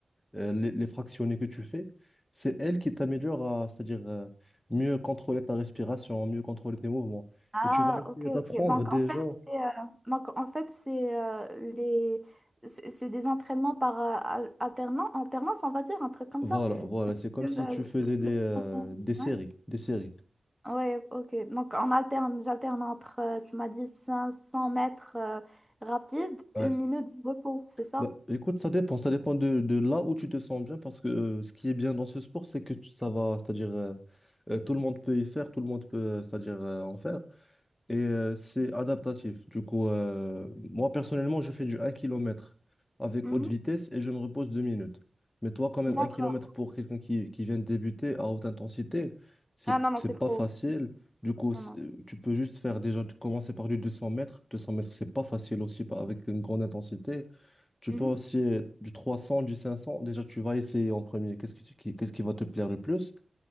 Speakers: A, on the left; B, in the centre.
A: euh, les, les fractionnés que tu fais, c'est elle qui t'améliore à, c'est-à-dire euh, mieux contrôler ta respiration, mieux contrôler tes mouvements.
B: Ah,
A: Et tu vas essayer
B: ok, ok.
A: d'apprendre
B: Donc,
A: déjà.
B: en fait, c'est euh, donc, en fait, c'est euh, les... c'est c'est des entraînements par euh, al- alternance, alternance, on va dire, un truc comme
A: Voilà,
B: ça.
A: voilà, c'est comme
B: Le,
A: si
B: le-
A: tu faisais des,
B: le
A: euh,
B: premier.
A: des séries,
B: Ouais.
A: des séries.
B: Ouais, ok. Donc, on alterne, j'alterne entre, euh, tu m'as dit, 500 mètres euh, rapide,
A: Ouais.
B: une minute de repos, c'est ça?
A: Bah, écoute, ça dépend, ça dépend de, de là où tu te sens bien, parce que euh, ce qui est bien dans ce sport, c'est que tu- ça va, c'est-à-dire euh, euh, tout le monde peut y faire, tout le monde peut, euh, c'est-à-dire euh, en faire. Et euh, c'est adaptatif. Du coup, euh, moi personnellement, je fais du un kilomètre avec
B: Mhm.
A: haute vitesse et je me repose 2 minutes. Mais toi, quand même,
B: D'accord.
A: un kilomètre pour quelqu'un qui, qui vient de débuter à haute intensité, c'est,
B: Ah non, non,
A: c'est
B: c'est trop.
A: pas facile. Du coup,
B: Non,
A: c'est-
B: non.
A: tu peux juste faire déjà, tu commencer par du 200 mètres. deux cents mètres, c'est pas facile aussi pas- avec une grande intensité. Tu
B: Mhm.
A: peux aussi euh, du 300 du cinq cents Déjà, tu vas essayer en premier. Qu'est-ce que tu- qui, qu'est-ce qui va te plaire le plus?